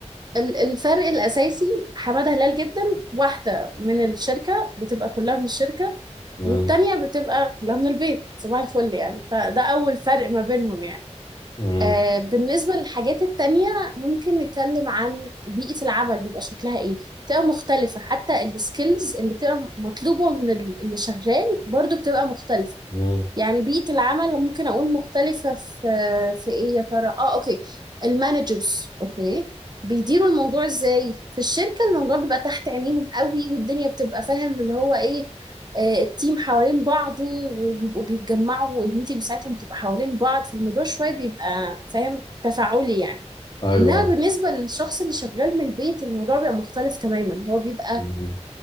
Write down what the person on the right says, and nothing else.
ال- الفرق الاساسي حمادة هلال جدا واحدة من الشركة بتبقى كلها من الشركة
والتانية بتبقى كلها من البيت صباح الفل يعني فده اول فرق ما بينهم يعني
آه، بالنسبة للحاجات التانية ممكن نتكلم عن بيئة العمل بيبقى شكلها ايه بتبقى مختلفة حتى السكيلز اللي بتبقى مطلوبة من ال- اللي شغال برضو بتبقى مختلفة
يعني بيئة العمل ممكن أقول مختلفة في في إيه يا ترى؟ آه أوكي المانجرز أوكي بيديروا الموضوع إزاي؟ في الشركة الموضوع بيبقى تحت عينيهم قوي والدنيا بتبقى فاهم اللي هو إيه آه، التيم حوالين بعضه وبيبقوا بيتجمعوا والميتنج بتاعتهم بتبقى حوالين بعض فالموضوع شوية بيبقى فاهم تفاعلي يعني
إنما بالنسبة للشخص اللي شغال من البيت الموضوع بيبقى مختلف تماما هو بيبقى